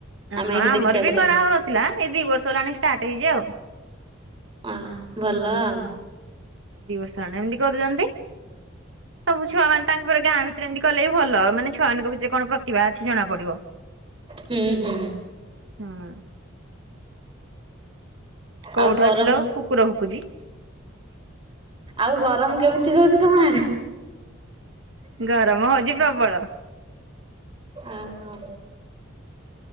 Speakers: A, on the right; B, on the right.
A: ଆମେ
B: ଓ ହଁ
A: ସେଇଠି
B: ଆମର
A: ଦେଖିବାକୁ
B: ବି
A: ଯାଉ
B: କରାହଉନଥିଲା ଏଇ ଦି ବର୍ଷ ହେଲାଣି ଷ୍ଟାର୍ଟ ହେଇଚି ଆଉ।
A: ଆଁ ଭଲ ଆଉ।
B: ଦି ବର୍ଷ ହେଲା ଏମିତି କରୁଚନ୍ତି। ସବୁ ଛୁଆ ମାନ ତାଙ୍କରେ ଗାଁ ଭିତରେ ଏମିତି କଲେ ହି ଭଲ ମାନେ ଛୁଆଙ୍କ ଭିତରେ କଣ ପ୍ରତିଭ ଅଛି ଜଣା ପଡିବ।
A: ହୁଁ ହୁଁ।
B: ହୁଁ କୋଉଠି
A: ଆଉ ଗରମ,
B: ଅଛିଲୋ କୁକୁର ଭୁକୁଛି।
A: ଆଉ ଗରମ କେମିତି? ତି ହଉଚି ତମ ଆଡେ?
B: ଗରମ ହଉଛି ପ୍ରବଳ।
A: ଓହୋ।